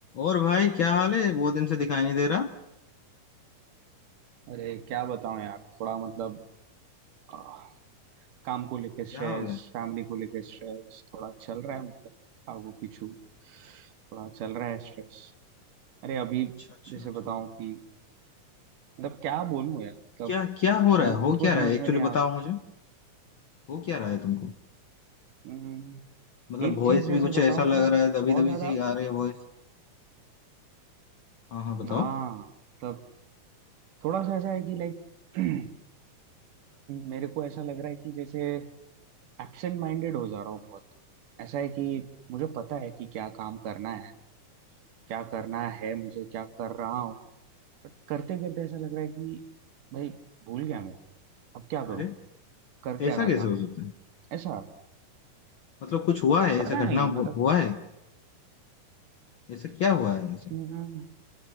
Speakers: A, on the left; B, on the right.
A: और भाई क्या हाल है बहुत दिन से दिखाई नहीं दे रहा
B: अरे क्या बताऊं यार थोड़ा मतलब आह, काम को लेके स्ट्रेस
A: क्या हो गया
B: फैमिली को लेके स्ट्रेस थोड़ा चल रहा है मतलब आगू पीछू थोड़ा चल रहा है स्ट्रेस अरे अभी
A: अच्छा अच्छा
B: जैसे
A: अच्छा
B: बताऊं कि मतलब क्या बोलूं यार मतलब
A: क्या क्या हो रहा
B: मेरे
A: है
B: को
A: हो
B: खुद को
A: क्या
B: समझ
A: रहा है एक्चुअली
B: में नहीं आ
A: बताओ
B: रहा
A: मुझे हो क्या रहा है तुमको
B: हम्म,
A: मतलब
B: एक
A: वॉइस
B: चीज जैसे
A: भी कुछ
B: बताऊं
A: ऐसा लग
B: तो
A: रहा है दबी
B: बहुत
A: दबी
B: ज्यादा
A: सी आ रही है वॉइस हाँ हाँ बताओ
B: हाँ मतलब थोड़ा सा ऐसा है कि लाइक <clears throat> मेरे को ऐसा लग रहा है कि जैसे एब्सेंट माइंडेड हो जा रहा हूँ बहुत ऐसा है कि मुझे पता है कि क्या काम करना है क्या करना है मुझे क्या कर रहा हूँ बट करते करते ऐसा लग रहा है कि भाई भूल गया मैं अब क्या करूँ
A: अरे
B: कर
A: ऐसा
B: क्या रहा
A: कैसे
B: था मैं
A: हो सकता है
B: ऐसा
A: मतलब कुछ हुआ है
B: पता
A: ऐसा
B: नहीं
A: घटना
B: मतलब
A: हु- हुआ है ऐसा क्या हुआ है ऐसे
B: हम्म,